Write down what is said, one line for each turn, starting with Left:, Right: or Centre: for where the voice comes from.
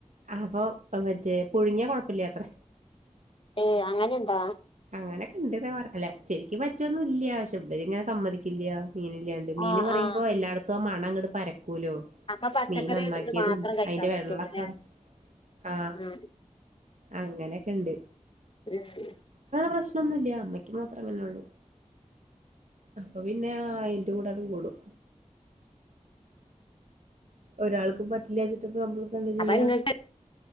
Right: അപ്പൊ മുട്ട മറ്റേ പുഴുങ്ങിയാ കൊഴപ്പില്ല അത്രെ
Left: ഏയ് അങ്ങനെന്താ
Right: അങ്ങനെ കെണ്ട്ന്ന പറയല് ശെരിക്കും പറ്റുവൊന്നും ഇല്ല പക്ഷെ ഇവരി ഇങ്ങനെ സമ്മതിക്കില്ല മീനില്ലാണ്ട് മീന്
Left: ആഹ്
Right: പറയുമ്പോ
Left: ആഹ്
Right: എല്ലായിടത്തും അങ്ങട്ട് പര പോലോ
Left: അപ്പൊ പച്ചക്കറി
Right: മീൻ നന്നാക്കിയതും
Left: ഇത് മാത്രം കഴിക്കാൻ
Right: അയിന്റെ വെള്ളമൊക്കെ
Left: പറ്റൂലല്ലേ
Right: അവിടെ ആ
Left: ഉം
Right: ആ അങ്ങനെയൊക്കെ ഉണ്ട്
Left: ഒരു
Right: പ്രശ്നന്നുംല്ല അമ്മയ്ക്ക് മാത്രേ അങ്ങനെള്ളൂ അപ്പൊ പിന്നെ അയിന്റെ കൂടങ്ങ് കൂടും ഒരാൾക്ക് പറ്റില്ലാച്ചിട്ട് ഇപ്പൊ നമ്മ എന്താ ചെയ്യാ
Left: അപ്പൊ ഇങ്ങക്ക്